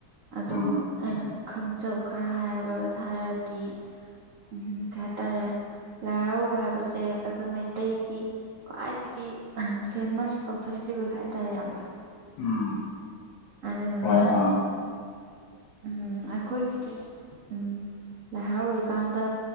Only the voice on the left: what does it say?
ꯎꯝ
ꯎꯝ
ꯍꯣꯏ ꯑꯥ